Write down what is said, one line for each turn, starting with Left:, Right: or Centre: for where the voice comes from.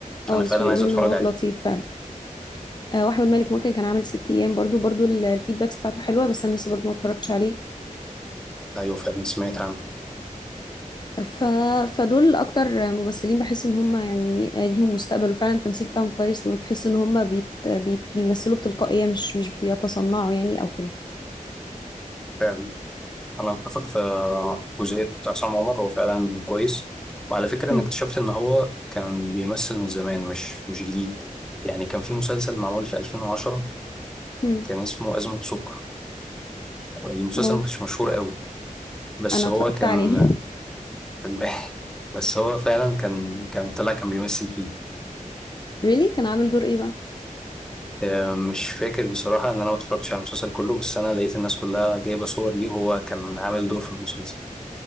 Left: اه
Centre: انا
Left: بس
Centre: فعلا
Left: بيقولوا
Centre: عايز اتفرج
Left: ان هو
Centre: عليه
Left: لطيف فعلا أه، واحمد مالك ممكن كان عامل ست ايام برضه برضه ال- الفيدباكس بتاعته حلوه بس انا لسه برضه ما اتفرجتش عليه
Centre: ايوه فعلا سمعت عنه
Left: ف... فدول اكتر ممثلين بحس ان هم يعني ليهم مستقبل وفعلا التمثيل بتاعهم كويس وتحس ان هم بيت... بيت... بيمثلوا بتلقائية مش مش بيتصنعوا يعني او كده
Centre: فعلا انا اتفق في جزئيه عصام عمر هو فعلا كويس وعلى فكره
Left: هم
Centre: انا اكتشفت ان هو كان بيمثل من زمان مش مش جديد يعني كان في مسلسل معمول في 2010
Left: هم
Centre: كان اسمه ازمه سكر المسلسل
Left: اه
Centre: ما كانش مشهور قوي بس
Left: انا
Centre: هو
Left: اتفرجت
Centre: كان
Left: عليه <laughs>
Centre: فنان. <laughs> بس هو فعلا كان كان طلع كان بيمثل فيه
Left: really كان عامل دور ايه بقى
Centre: آه، مش فاكر بصراحة إن أنا ما اتفرجتش على المسلسل كله بس أنا لقيت الناس كلها جايبة صور ليه وهو كان عامل دور في المسلسل